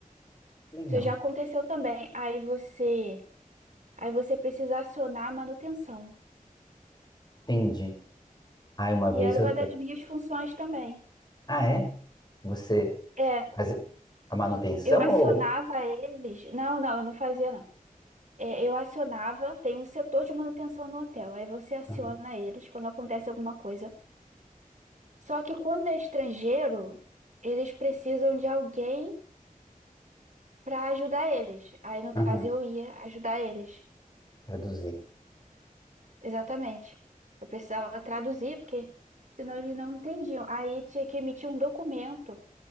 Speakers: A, on the left; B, on the right.
A: legal.
B: Isso já aconteceu também. Aí você, aí você precisa acionar a manutenção.
A: Entendi. Ah, uma
B: E
A: vez
B: era
A: eu...
B: uma das
A: eu-
B: minhas funções também.
A: Ah, é? Você
B: É.
A: faz a manutenção
B: Eu acionava
A: ou...
B: eles. Não, não, eu não fazia, não. É, eu acionava, tem um setor de manutenção no hotel. Aí você aciona
A: Aham,
B: eles quando acontece alguma coisa. Só que quando é estrangeiro, eles precisam de alguém para ajudar eles. Aí, no
A: aham,
B: caso, eu ia ajudar eles.
A: traduzir.
B: Exatamente. Eu precisava traduzir, porque senão eles não entendiam. Aí tinha que emitir um documento.